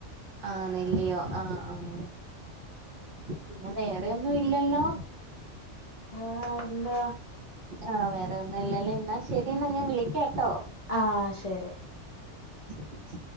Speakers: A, on the right (about 55°); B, on the left (about 45°).
A: ആണെല്ലയോ ആഹ് ആഹ് പിന്നെ വേറെ ഒന്നും ഇല്ലല്ലോ
B: ആഹ് ഇല്ല
A: ആഹ് വേറെ ഒന്നുംല്ലല്ലോ എന്നാ ശെരി എന്നാ ഞാൻ വിളിക്കാട്ടോ
B: ആഹ് ശരി
A: ശരി ശരി